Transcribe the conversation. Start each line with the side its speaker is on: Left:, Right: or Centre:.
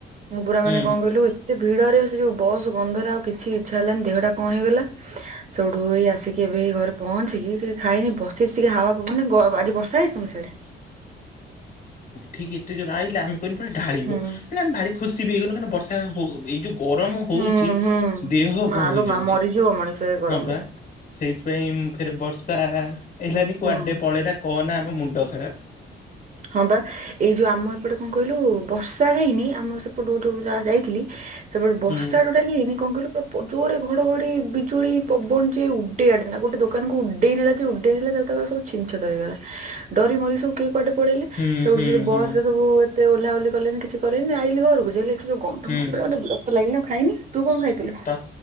Right: ମୁଁ ପୁରା
Left: ହୁଁ
Right: ମାନେ କଣ କହିଲୁ ଏତେ ଭିଡ ଯଉ ବସ ଗନ୍ଧର ଆଉ କିଛି ଇଚ୍ଛା ହେଲାନି ଦେହଟା କଣ ହେଇଗଲା? ସେଉଠୁଇ ଆସିକି ଏବେ ହେଇ ଘରେ ପହଞ୍ଚିକି ଟିକେ ଖାଇନି ବସିି ଟିକେ ହାୱା ଆ ବର୍ଷା ହେଇଛି ତମ ସିୟାଡେ
Left: ଠିକ ଏତେ ଜୋରେ ଆଇଲା ଆମେ ଢାଳିବ
Right: ହୁଁ
Left: ହେଲେ ଆମେ ଭାରି ଖୁସି ବି ହେଇଗଲୁ କା ବ ସେ ହ ଏଇ ଯଉ ଗରମ ହଉଛି
Right: ହୁଁ ହୁଁ
Left: ଦେହ
Right: ମାଲୋ
Left: କଣ ହେଇଯାଉଛି?
Right: ମା ମରିଯିବ ମଣିଷ ଏ ଗରମରେ
Left: ହଁ ପା ସେଇଥିପାଇଁ ମୁଁ ଫେରେ ବର୍ଷ ତା ହେଲାନି କୁଆଡେ
Right: ହୁଁ
Left: ପଳେଇଲା କହ ନା ଆମ ମୁ ଣ୍ଡ ଖରାପ । <unintelligible>
Right: ହଁ ବା ଏଇ ଯୋଉ ଆମ ଏପଟେ କଣ କହିଲୁ ବର୍ଷା ହେଇନି ଆମ ସେପଟୁ ଯଉ ଯାହା ଯାଇଥିଲି ସେପଟ ବର୍ଷା
Left: ହୁଁ
Right: ଟୋଟାଲି ହେଇନି କଣ କହିଲୁ? ଜୋରେ ଘଡଘଡି, ବିଜୁଳି, ପବନ ଯେ ଉଡେଇଆଡେଇ ନେ ଗୋଟେ ଦୋକାନକୁ ଉଡେଇ ନେଲା ଯେ ଉଡେଇ ନେଲା ତା ତା ସବୁ ଛିଞ୍ଚ ଛତର ହେଇଗଲା ଡରି ମରି ସବୁ କିଏ କୁଆଡେ ପଳେଇଲେ
Left: ହୁଁ
Right: ସେଠୁ
Left: ହୁଁ
Right: ସେ ବସ୍
Left: ହୁଁ
Right: ରେ ସବୁ ଓହ୍ଲା ଓହ୍ଲି କଲେନି କିଛି କଲେନି ଆଇଲିି ଘରକୁ ଯେଲି ଯଉ ଗନ୍ଧ
Left: ହୁଁ
Right: ମୋତେ ବିରକ୍ତ ଲାଗିଲା ଖାଇନି। ତୁ କଣ ଖାଇଥିଲୁ?
Left: ତ